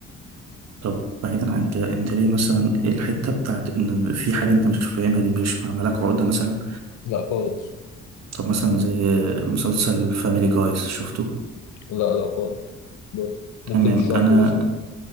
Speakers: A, on the right (about 60°); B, on the left (about 75°).
A: طب بعيدا عن كده انت ليه مثلا الحتة بتاعت ان في حاجة انت مش فاهمها
B: مم.
A: دي مش معملاك عقدة مثلا
B: لا خالص
A: طب مثلا زي مسلسل فاميلي جايز شفته
B: لا لا خالص برضه ممكن
A: تمام
B: تشرح
A: انا
B: لي مثلا